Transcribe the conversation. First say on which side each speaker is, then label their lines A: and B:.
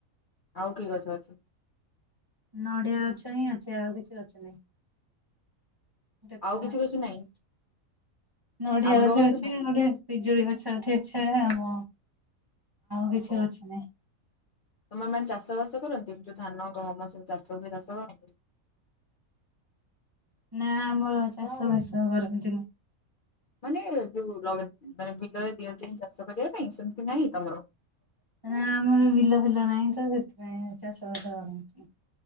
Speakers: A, on the left (about 55°); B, on the right (about 25°).
A: ଆଉ କି ଅଛି।
B: ନଡିଆ ଅଛ ହିଁ ଅଛି ଆଉ କିଛି ଗଛ ନାହିଁ। <unintelligible>
A: ଆଉ କିଛି ଗଛ ନାହିଁ
B: ନଡିଆ
A: ଆମ୍ବ
B: ଗଛ ଅଛି
A: ନାହିଁ
B: ଗୋଟେ ପିଜୁଳି ଗଛ ଏଠି ଅଛି ଆଉ। କିଛି
A: ଓ
B: ଗଛ ନାହିଁ।
A: ତମର ମାନେ ଚାଷବାସ। କରନ୍ତି ଯୋଉ ଧାନ ଗହମ ସବୁ ଚାଷ ହୁଏ ଚାଷ କରନ୍ତି।
B: ନା ଆମର ଚାଷ ବାସ କରନ୍ତିନି।
A: ମାନେ ଯୋଉ ଲଗା ମାନେ ବିଲରେ ଦିଅନ୍ତିନି ଚାଷ କରିବା ପାଇଁ ସେମତି ନାହିଁ ତମର।
B: ନା ଆମର ବିଲ ଫିଲ ନାହିଁ ତ ସେଥିପାଇଁ ଚାଷବାସ କରନ୍ତିନି।